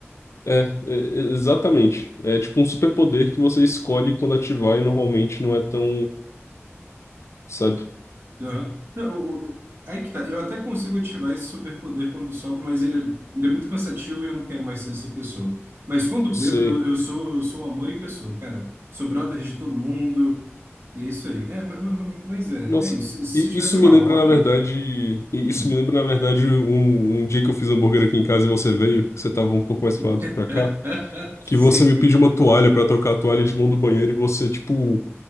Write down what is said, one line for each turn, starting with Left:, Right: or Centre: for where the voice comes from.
Left: É, é, é, exatamente. É tipo um superpoder que você escolhe quando ativar e normalmente não é tão, sabe?
Right: Aham. Não, o- o- aí que tá. Eu até consigo ativar esse superpoder quando sobre, mas ele é, ele é muito cansativo e eu não quero mais ser essa pessoa. Mas quando
Left: Sei.
Right: bêbado, eu sou, eu sou o amor em pessoa, cara. Sou brother de todo mundo. E é isso aí. É, ma- ma- mas é,
Left: Nossa.
Right: é isso. Se
Left: E
Right: tivesse
Left: isso
Right: uma
Left: me lembra,
Right: roda.
Left: na verdade, e
Right: Hum.
Left: isso me lembra, na verdade, um, um dia que eu fiz hambúrguer aqui em casa e você veio, que você tava um pouco mais pra lá do
Right: <laughs>
Left: que pra cá, que
Right: Sim.
Left: você me pediu uma toalha pra trocar a toalha de mão do banheiro e você, tipo,